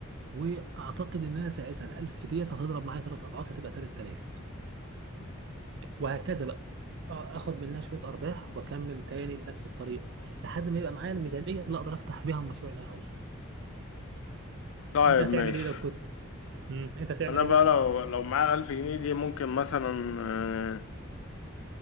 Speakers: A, on the right; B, on the left.
A: واعتقد ان انا ساعتها ال 1000 ديت هتضرب معايا ثلاث اضعاف هتبقى 3000 وهكذا بقى آه، اخد منها شويه ارباح واكمل تاني بنفس الطريقه لحد ما يبقى معايا الميزانيه اللي اقدر افتح بيها المشروع اللي انا عاوزه
B: طيب
A: انت هتعمل
B: ماشي
A: ايه لو كنت امم انت هتعمل
B: انا
A: ايه
B: بقى
A: بقى
B: لو لو معايا الف جنيه دي ممكن مثلا آه،